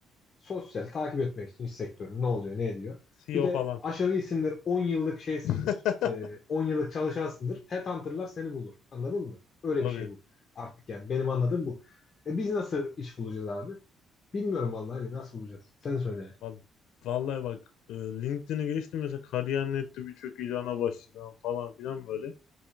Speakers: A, on the left; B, on the left.
A: Sosyal, takip etmek için iş sektörü ne oluyor, ne ediyor.
B: CEO
A: Bir de
B: falan.
A: aşırı iyisindir, 10 yıllık şeysindir,
B: <laughs>
A: e, 10 yıllık çalışansındır. Headhunter'lar seni bulur. Anladın mı? Öyle
B: Tabii.
A: bir şey bu artık yani. Benim anladığım bu. E, biz nasıl iş bulacağız abi? Bilmiyorum vallahi Ali, nasıl bulacağız? Sen söyle.
B: Val- Vallahi bak e, LinkedIn'e geçtim mesela kariyer nokta nette birçok ilana başladım falan filan böyle.